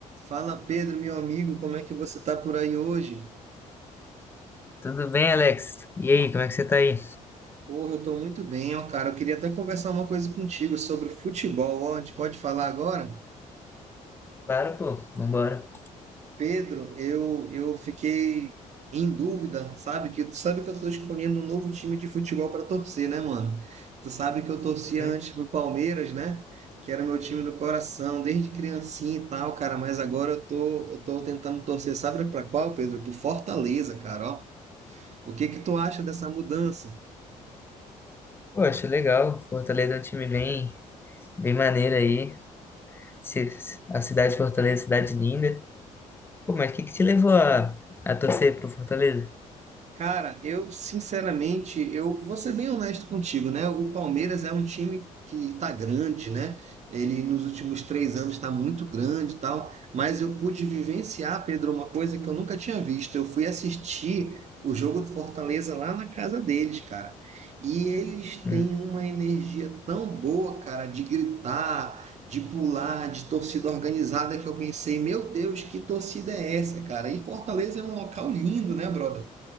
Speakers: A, on the right (about 50°); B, on the left (about 15°).
A: Fala Pedro, meu amigo, como é que você tá por aí hoje?
B: Tudo bem, Alex? E aí, como é que você tá aí?
A: Porra, eu tô muito bem, ó, cara. Eu queria até conversar uma coisa contigo sobre futebol, ó. A gente pode falar agora?
B: Claro, pô, vambora.
A: Pedro, eu eu fiquei em dúvida, sabe? Que tu sabe que eu tô escolhendo um novo time de futebol para torcer, né, mano? Tu sabe que eu torcia
B: Hum,
A: antes pro Palmeiras, né? Que era meu time do coração, desde criancinha e tal, cara, mas agora eu tô eu tô tentando torcer, sabe pra qual, Pedro? Pro Fortaleza, cara, ó. O que que tu acha dessa mudança?
B: pô, acho legal. Fortaleza é um time bem, bem maneiro aí. Ci- A cidade de Fortaleza é uma cidade linda. Pô, mas o que que te levou a, a torcer pro Fortaleza?
A: Cara, eu sinceramente, eu vou ser bem honesto contigo, né? O Palmeiras é um time que tá grande, né? Ele nos últimos três anos está muito grande e tal, mas eu pude vivenciar, Pedro, uma coisa que eu nunca tinha visto. Eu fui assistir o jogo do Fortaleza lá na casa deles, cara. E eles
B: Hum,
A: têm uma energia tão boa, cara, de gritar, de pular, de torcida organizada, que eu pensei, meu Deus, que torcida é essa, cara? E Fortaleza é um local lindo, né, brother?